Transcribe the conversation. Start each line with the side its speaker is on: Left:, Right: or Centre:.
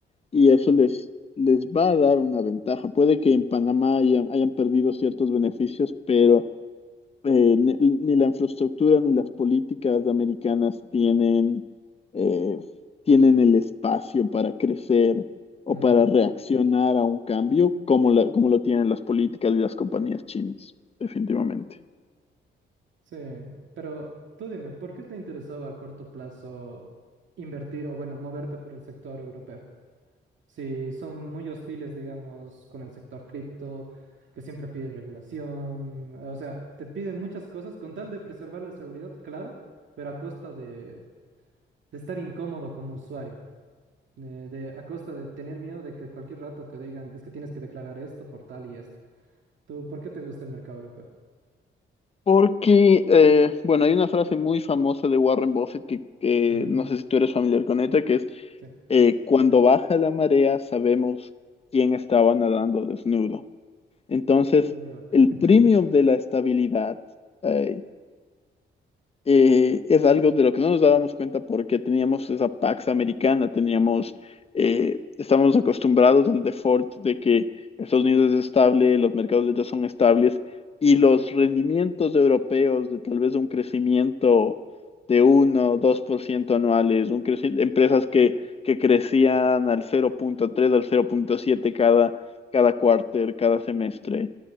Left: y eso les, les va a dar una ventaja. Puede que en Panamá hayan, hayan perdido ciertos beneficios, pero eh, ni, ni la infraestructura ni las políticas americanas tienen, eh, tienen el espacio para crecer o
Right: mm,
Left: para reaccionar a un cambio como, la- como lo tienen las políticas y las compañías chinas, definitivamente.
Right: sí, pero tú dime, ¿por qué te interesaba a corto plazo invertir o, bueno, moverte por el sector europeo? Sí, son muy hostiles, digamos, con el sector cripto, que siempre piden regulación, o sea, te piden muchas cosas con tal de preservar la seguridad, claro, pero a costa de, de estar incómodo como usuario, de, de- a costa de tener miedo de que cualquier rato te digan, es que tienes que declarar esto por tal y esto. ¿Tú por qué te gusta el mercado europeo?
Left: Porque, eh, bueno, hay una frase muy famosa de Warren Buffett que, que
Right: Ujú,
Left: no sé si tú eres familiar con ella, que es,
Right: Sí.
Left: eh, cuando baja la marea sabemos quién estaba nadando desnudo. Entonces,
Right: Eh,
Left: el
Right: <laughs>
Left: premium de la estabilidad, eh, eh, es algo de lo que no nos dábamos cuenta porque teníamos esa Pax americana, teníamos, eh, estamos acostumbrados al default de que Estados Unidos es estable, los mercados de ellos son estables y los rendimientos europeos de tal vez un crecimiento de 1 o 2% anuales, un creci- empresas que, que crecían al cero punto tres al cero punto siete cada, cada cuarter, cada semestre.